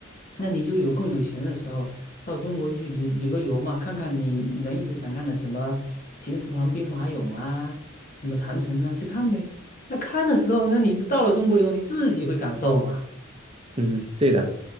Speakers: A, on the left (about 40°); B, on the right (about 30°).
A: 那你就有空有闲的时候。到中国去旅旅个游嘛，看看你们一直想看的什么秦始皇兵马俑啊，什么长城啊，去看呗。那看的时候，那你到了中国以后，你自己会感受嘛？
B: 嗯，对的。